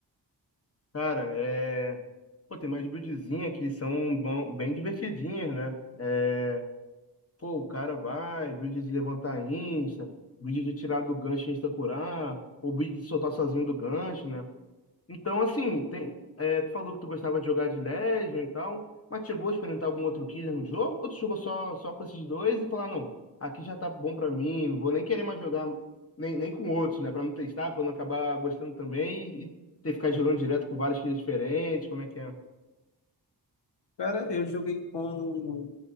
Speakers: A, on the left; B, on the left.
A: Cara, é... Pô, tem mais buildzinha que são bom- bem divertidinhas, né? É... Pô, o cara vai, build de levantar insta, build de tirar do gancho e insta curar, ou build de soltar sozinho do gancho, né? Então, assim, tem, é, tu falou que tu gostava de jogar de Legion e tal, mas chegou a experimentar algum outro killer no jogo? Ou tu jogou só, só com esses dois e falar, não, aqui já tá bom pra mim, não vou nem querer mais jogar nem, nem com outros, né? Pra não testar, pra não acabar gostando também e ter que ficar jogando direto com vários killers diferentes, como é que é?
B: Cara, eu joguei com